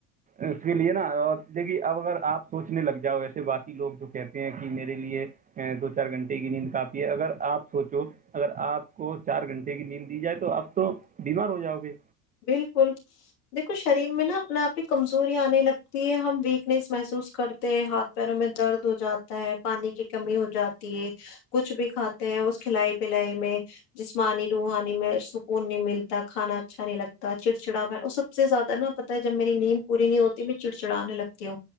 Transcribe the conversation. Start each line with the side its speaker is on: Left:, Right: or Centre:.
Right: اس کے لیے نا اور دیکھیے اب اگر آپ سوچنے لگ جاؤ وسے باقی لوگ جو کہتے ہیں کہ میرے لیے دو چار گھنٹے کی نیند کافی ہے اگر آپ سوچو اگر آپ کو چار گھنٹے کی نیند دی جائے تو اپ تو بیمار ہو جاؤ گے
Left: بالکل دیکھو شریر میں نا اپنے آپ کی کمزوریا آنے لگتی ہے ہم ویکنیس محسوس کرتے ہاتھ پیروں میں درد ہو جاتا ہے پانی کی کمی ہو جاتی ہے کچھ بھی کھاتے ہیں اس کھلائی پلائی میں جسمانی روحانی میں سکون نہیں ملتا کھانا اچھا نہیں لگتا چڑچڑاو اور سب سے زیادہ نا پتا ہے جب میری نیند پوری نہیں ہوتی میں چڑچڑانے لگتی ہوں